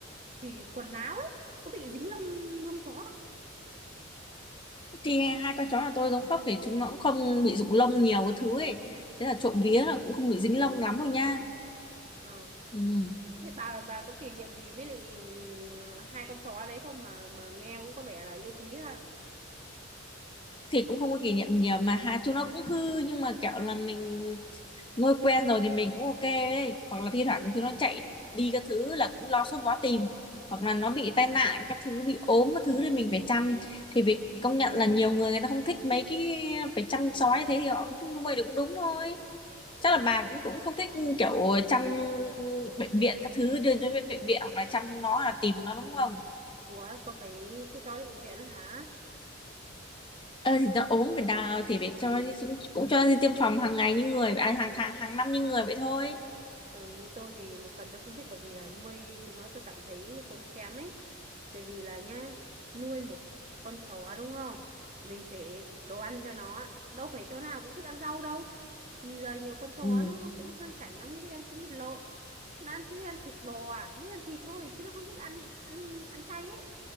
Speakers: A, on the right; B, on the left.
A: thì quần áo ấy có bị dính lông lông chó không
B: thì hai con chó nhà tôi giống phốc thì chúng nó cũng không bị rụng lông nhiều cái thứ ấy thế là trộm vía là cũng không bị dính lông lắm rồi nha
A: Ờ.
B: ừ.
A: thế bà bà có kỷ niệm gì với lại ờ, hai con chó đấy không mà mà nghe cũng có vẻ là yêu quý ha
B: thì cũng không có kỷ niệm nhiều mà hai chúng nó cũng hư nhưng mà kiểu là mình ngồi quen rồi thì mình cũng ok ấy hoặc là thi thoảng chúng nó chạy đi các thứ là cũng lo sốt vó tìm hoặc là nó bị tai nạn các thứ bị ốm các thứ thì mình phải chăm thì vì công nhận là nhiều người người ta không thích mấy cái phải chăm sóc như thế thì họ không thích nuôi thì cũng đúng thôi
A: Ờ.
B: chắc là bà cũng cũng không thích kiểu chăm bệnh viện các thứ đưa đến bệnh viện hoặc là chăm chúng nó hoặc là tìm chúng nó đúng không
A: Ủa, có phải cho chó đi bệnh viện nữa hả?
B: ờ thì ta ốm phải đào thì phải cho
A: Ừ,
B: cũng, cũng cho đi tiêm phòng hàng ngày như người à, hàng tháng hàng năm như người vậy thôi
A: Ừ, như tôi thì một phần tôi không thích bởi vì là nuôi chúng nó tôi cảm thấy tốn kém ấy. Tại vì là nhá, nuôi một con chó đúng không? Mình phải đồ ăn cho nó. Đâu phải chó nào cũng thích ăn rau đâu. Nhìn giờ nhiều con chó
B: Ừ.
A: nó nó cũng sang chảnh lắm, nó thích ăn trứng vịt lộn. Nó ăn, thích ăn thịt bò à, nó thích ăn thịt thôi chứ nó không thích ăn ăn ăn chay ấy.